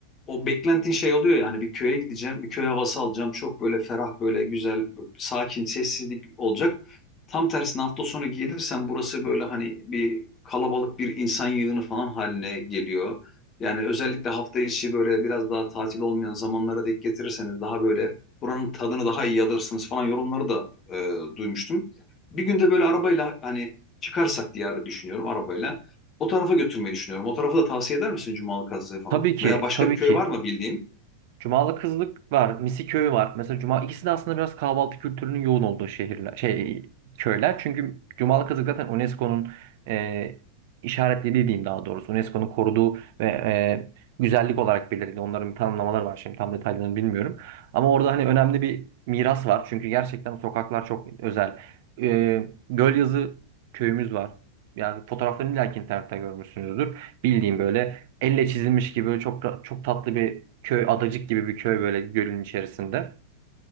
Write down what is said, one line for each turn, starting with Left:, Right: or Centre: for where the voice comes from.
Left: o beklentin şey oluyor yani bir köye gideceğim, bir köy havası alacağım. Çok böyle ferah, böyle güzel, b- sakin, sessizlik olacak. Tam tersine hafta sonu gelirsen burası böyle hani bir kalabalık bir insan yığını falan haline geliyor. Yani özellikle hafta içi böyle biraz daha tatil olmayan zamanlara denk getirirseniz daha böyle buranın tadını daha iyi alırsınız falan yorumları da e, duymuştum. Bir günde böyle arabayla hani çıkarsak diye düşünüyorum arabayla. O tarafa götürmeyi düşünüyorum. O tarafı da tavsiye eder misin Cumalı Kazı'yı falan?
Right: Tabii ki,
Left: Veya başka
Right: tabii
Left: bir köy
Right: ki
Left: var mı bildiğin?
Right: Cumalı Kızlık var, Misiköy var. Mesela Cuma ikisi de aslında biraz kahvaltı kültürünün yoğun olduğu şehirler, şey köyler. Çünkü Cumalı Kızlık zaten UNESCO'nun e, işaretlediği diyeyim daha doğrusu. UNESCO'nun koruduğu ve e, güzellik olarak belirlediği onların bir tanımlamaları var. Şimdi tam detaylarını bilmiyorum. Ama orada hani önemli bir miras var. Çünkü gerçekten sokaklar çok özel. E, Gölyazı köyümüz var. Yani fotoğraflarını illa internette görmüşsünüzdür. Bildiğim böyle elle çizilmiş gibi böyle çok çok tatlı bir köy, adacık gibi bir köy böyle gölün içerisinde.